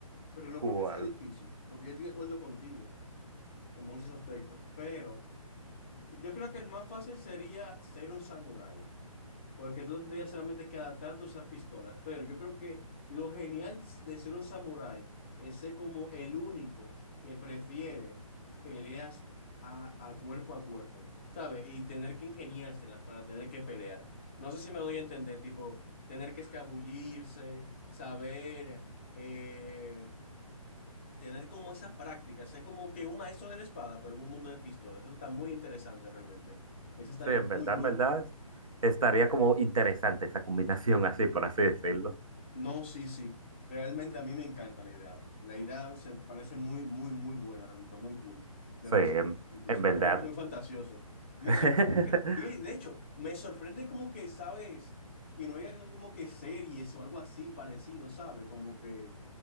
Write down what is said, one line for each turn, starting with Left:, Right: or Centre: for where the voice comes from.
Left: Pero no
Right: ¿Cuál?
Left: porque sea difícil, porque yo estoy de acuerdo contigo en muchos aspectos, pero yo creo que el más fácil sería ser un samurái. Porque tú tendrías solamente que adaptarte a usar pistolas. Pero yo creo que lo genial de ser un samurái es ser como el único que prefiere peleas a, a cuerpo a cuerpo, ¿sabes? Y tener que ingeniárselas para tener que pelear. No sé si me doy a entender, tipo, tener que escabullirse, saber, eh, tener como esas prácticas, ser como que un maestro de la espada, pero en un mundo de pistolas. Eso está muy interesante realmente. Eso estaría
Right: Sí, en verdad,
Left: muy, muy
Right: en verdad, estaría como interesante esa combinación, así por así decirlo.
Left: No, sí, sí. Realmente a mí me encanta la idea. La idea se parece muy, muy, muy buena, realmente muy cool. Me
Right: Sí,
Left: fascina,
Right: en,
Left: incluso.
Right: en verdad.
Left: Es como que muy fantasioso. Me
Right: <laughs>
Left: sorprende que, y de hecho, me sorprende como que, ¿sabes? Que no haya como que series o algo así parecido, ¿sabes? Como que